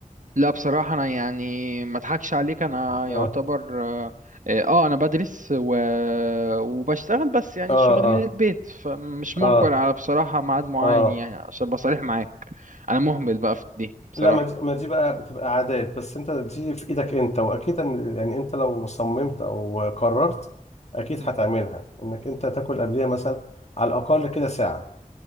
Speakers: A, on the right (about 65°); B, on the left (about 50°).
A: لا بصراحة أنا يعني ما أضحكش عليك أنا
B: اه
A: يعتبر آه آه، أنا بدرس و... وبشتغل بس يعني
B: اه
A: الشغل
B: اه
A: من البيت فمش
B: اه
A: مجبر على بصراحة ميعاد معين
B: اه
A: يعني عشان أبقى صريح معاك أنا مهمل بقى في دي بصراحة
B: لا ما دي, ما دي بقى بتبقى عادات بس انت دي في ايدك انت واكيد إن- يعني انت لو صممت او قررت اكيد
A: م.
B: هتعملها انك انت تاكل قبليها مثلا على الاقل كده ساعة